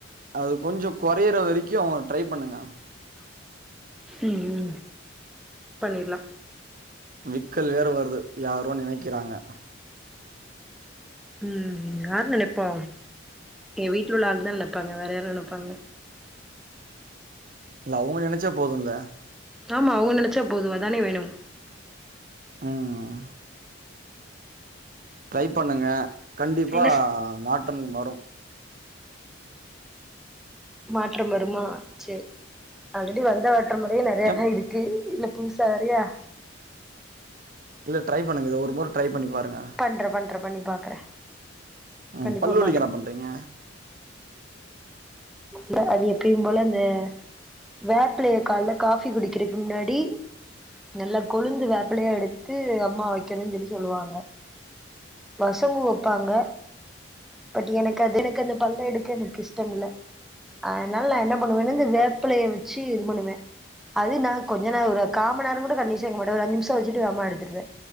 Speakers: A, on the right (about 45°); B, in the centre.
A: அது கொஞ்சோம் குறையுற வரைக்கும் ட்ரைப் பண்ணுங்க
B: உம்ம் பண்ணிரலாம்
A: விக்கல் வேற வருது யாரோ நெனைக்கிறாங்க
B: உம் யாரு நெனப்பா என் வீட்ல உள்ள ஆளுதான் நெனப்பாங்க வேற யாரு நெனப்பாங்க
A: இல்ல அவுங்க நெனைச்சா போதுல்ல
B: ஆமா அவுங்க நெனைச்சா போது அதானே வேணும்
A: ம். ட்ரை பண்ணுங்க கண்டிப்பா
B: என்ன ஸ்
A: மாற்றம் வரும்
B: மாற்றம் வருமா சேரி ஆல்ரெடி வந்தவாற்றமே முறையே நெறைய
A: எம்
B: தான் இருக்கு து இதுல புதுசா வேறயா
A: இல்ல ட்ரை பண்ணுங்க இத ஒரு முறை ட்ரை பண்ணி பாருங்க
B: பண்ற பண்ற பண்ணி பாக்குறே
A: ம்
B: கண்டிப்பா
A: பல்லு வலிக்கென்ன
B: பாக்குறே
A: பண்றீங்க
B: த அது எப்யும் போல அந்த வேப்பிலய கால காஃபி குடிக்குறக்கு முன்னாடி நல்ல கொழுந்து வேப்பிலயா எடுத்து அம்மா வெக்கணுன் சொல்லி சொல்லுவாங்க வசம்பு வப்பாங்க பட் எனக்கு அது எனக்கு அந்த பல்ல எடுக்க எனக்கு இஷ்டம் இல்ல அதனால நா என்ன பண்ணுவேன்னு இந்த வேப்பலய வச்சு இது பண்ணுவ அது நா கொஞ்ச நே ஒரு காம்மநேர கூட கண்டினியுஸா வெக்க மாட்ட ஒரு அஞ்ச நிமிஷ வச்சுட்டு வேமா எடுத்துருவே